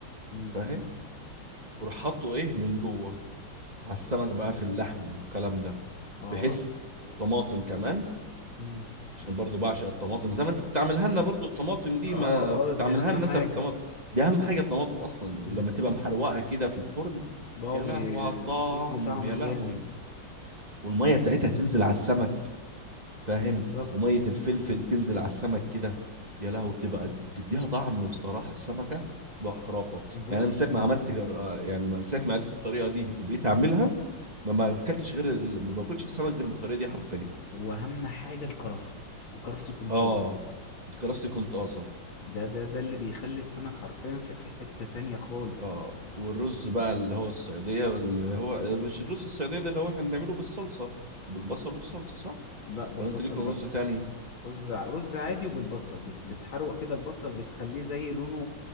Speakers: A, on the left; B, on the right.
A: امم
B: فاهم وراح حاطه ايه من جوه على السمك بقى في اللحم والكلام ده
A: اه
B: بحيث وطماطم كمان
A: امم
B: عشان برضو بعشق الطماطم زي ما انت كنت عاملها لنا برضو الطماطم دي
A: اه
B: ما
A: اه
B: كنت
A: دي
B: عاملها
A: اهم
B: لنا
A: حاجة
B: انت في الطماطم دي اهم حاجه الطماطم اصلا ولما
A: امم
B: تبقى محروقه كده في الفرن
A: بابي
B: يا لهوي على الطعم
A: بتدي طعم
B: يا
A: جامد
B: لهوي
A: بتدي
B: والميه
A: طعم
B: بتاعتها
A: جامد
B: تنزل على السمك فاهم
A: بالظبط
B: وميه الفلفل تنزل على السمك كده يا لهوي بتبقى
A: مم.
B: بتديها طعم بصراحه السمكه بقى خرافه
A: بص
B: يعني انا من ساعه ما عملت جر... آه، يعني من ساعه ما عرفت الطريقه دي وبقيت اعملها ما ما اكلتش غير ال... ما باكلش السمك غير بالطريقه دي حرفيا
A: واهم حاجة الكرفس والكرفس يكون طازة
B: اه كرفتي كنت طازه
A: ده ده ده اللي بيخلي السمك حرفيا في في حتة تانية خالص
B: اه والرز بقى اللي هو الصياديه اللي هو آه، مش الرز الصياديه ده اللي هو احنا بنعمله بالصلصه بالبصل والصلصه صح
A: لا بالبصل
B: ولا انت ليكم
A: بس
B: رز تاني
A: رز ع- رز عادي وبالبصل بت... بتحروق كده البصل بتخليه زي لونه